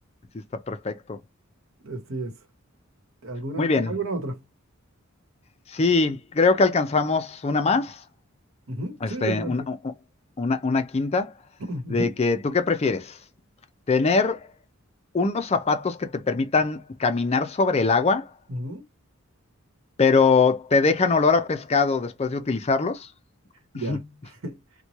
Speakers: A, on the left; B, on the right.
A: Sí, está perfecto.
B: Así es. ¿Alguna,
A: Muy bien.
B: ¿tienes alguna otra?
A: Sí, creo que alcanzamos una más.
B: Ujú,
A: este,
B: Sí, yo creo
A: una,
B: que sí.
A: una- una quinta,
B: <clears throat> Ujú,
A: de que tú qué prefieres, tener unos zapatos que te permitan caminar sobre el agua,
B: ujú.
A: pero te dejan olor a pescado después de utilizarlos,
B: Ya.
A: <laughs>
B: <laughs>